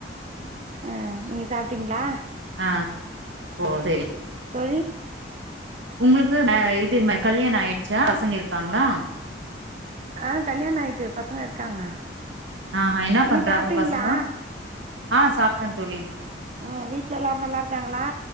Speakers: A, on the right; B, on the right.
A: ஆ நீங்க சாப்ட்டீங்ளா
B: ஆ ஓ செரி
A: தோழி
B: உங்களுக்கு இது கல்யாணம் ஆயிடுச்சா பசங்க இருக்காங்ளா
A: ஆ கல்யாணோ ஆயிட்டு பசங்க இருக்காங்க
B: ஆ என்ன
A: நீங்க
B: பண்றாங்க
A: சாப்பிட்டீங்களா
B: பசங்கோ ஆ சாப்ட்டே தோழி
A: ஆ வீட்ல எல்லாரு நல்லா இருக்காங்ளா